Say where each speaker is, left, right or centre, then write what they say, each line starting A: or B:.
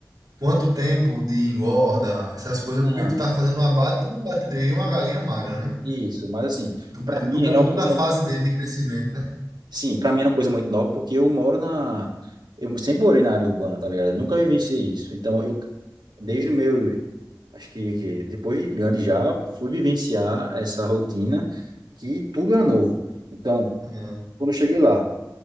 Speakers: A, on the right (about 60°); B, on the right (about 85°).
A: quanto tempo de engorda, essas coisas,
B: Não,
A: porque tu tava fazendo um abate, tu abateria uma galinha magra, né?
B: isso. Mas assim,
A: Tu,
B: pra
A: pe-
B: mim
A: tu pegou
B: era uma
A: toda
B: coisa.
A: a fase dele de crescimento, né?
B: Sim, pra mim era uma coisa muito nova, porque eu moro na. Eu sempre morei na área urbana, tá ligado? Eu nunca vivenciei isso. Então, eu, desde o meu. Acho que, que depois de grande já fui vivenciar essa rotina que tudo era novo. Então,
A: Aham.
B: quando eu cheguei lá,